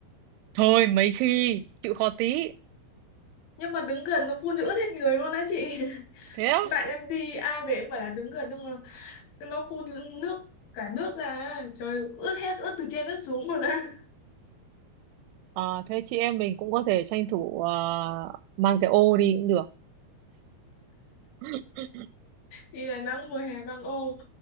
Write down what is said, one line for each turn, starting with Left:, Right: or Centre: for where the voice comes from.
Right: thôi mấy khi chịu khó tí
Left: nhưng mà đứng gần nó phun cho ướt hết người luôn á chị <laughs>
Right: thế á
Left: bạn em đi ai về cũng phải là đứng gần nhưng mà nó phun nước cả nước ra trời ướt hết ướt từ trên ướt xuống luôn á
Right: Ờ, thế chị em mình cũng có thể tranh thủ ờ, mang cái ô đi cũng được. <laughs>
Left: đi Đà Nẵng mùa hè băng ô